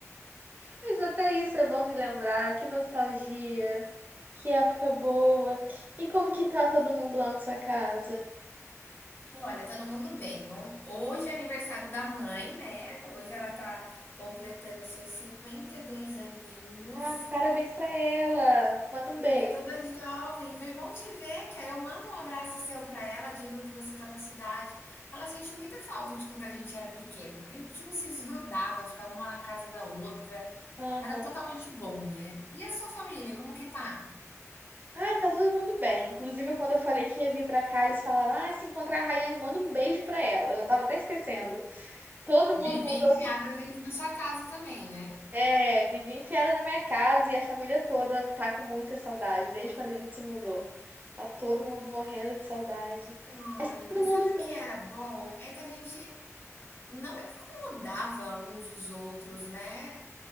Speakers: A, on the right; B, on the left.
A: Mas até isso é bom de lembrar, que nostalgia, que época boa. E como que tá todo mundo lá na sua casa?
B: Olha, todo mundo bem. Ho- Hoje é aniversário da mãe, né? Hoje ela tá completando seus 52 aninhos.
A: Ah, parabéns pra ela. Manda um beijo.
B: É toda jovem. Foi bom te ver, que aí eu mando um abraço seu para ela, digo que você está na cidade. Ela sente muita falta de quando a gente era pequena, porque a gente não se desgrudava, ficava uma na casa da outra.
A: Aham.
B: Era totalmente bom, né? E a sua família, como que tá?
A: Ah, tá todo mundo bem. Inclusive, quando eu falei que ia vir pra cá, eles falaram: Ah, se encontrar a Rayane, manda um beijo pra ela. Eu já tava até esquecendo. Todo
B: Vivia
A: mundo mandou.
B: enfiada dentro da sua casa também, né?
A: É, vivi enfiada na minha casa e a família toda tá com muita saudade, desde quando a gente se mudou. Tá todo mundo morrendo de saudade.
B: Ai,
A: Mas tá todo
B: e
A: mundo
B: sabe o
A: bem.
B: que era bom? É que a gente não incomodava uns os outros, né?